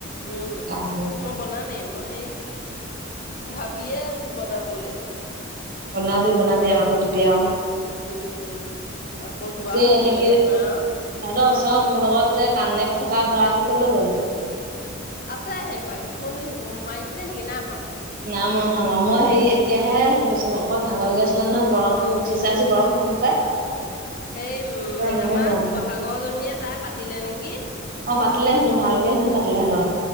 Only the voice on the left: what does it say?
উম
মই বনামেই মই হেই ভাবিয়ে আছো বনাম বুলি
দিম দিম আকৌ যোৱা
হবয়ে
নহয় আও
আছে হেগৰাকী ফোন মাৰিছিলে নেকি নাই মৱা
অ, সেই উম
আমাৰ
শিৱসাগৰ জনীয়ে তাই পাতিলে নেকি।